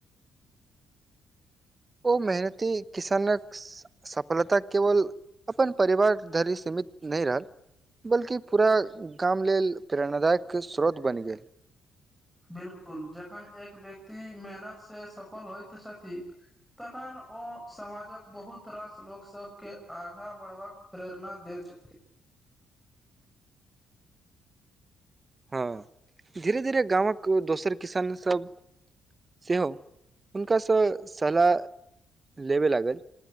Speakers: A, on the right (about 25°); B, in the centre.
A: ओ मेहनती किसानक। सफलता केवल अपन परिवार धरि सीमित नहि रहल। बल्कि पूरा गाम लेल प्रेरणादायकके स्रोत बनि गेल।
B: बिलकुल जखन एक व्यक्ति मेहनत से सफल होइत छथि। तखन ओ समाजक बहुत रास लोकग सब के आगा बढ़वा प्रेरणा दे छै।
A: हँ धीरे धीरे गामक दोसर किसान सब। सेहो हुनकासँ सलाह। लेबे लागल